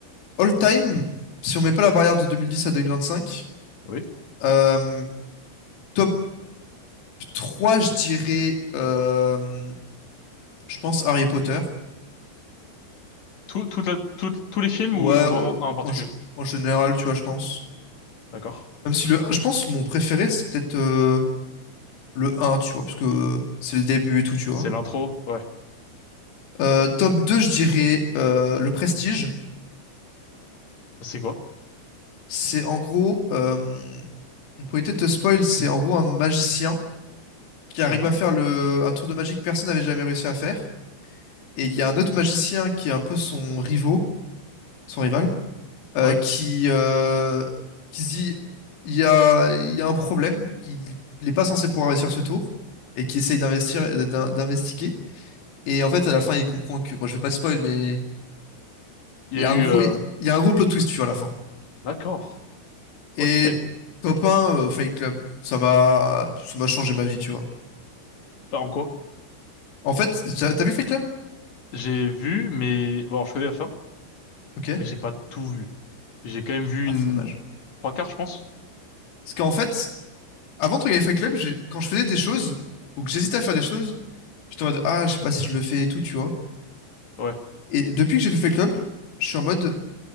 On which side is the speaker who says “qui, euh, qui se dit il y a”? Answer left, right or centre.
Left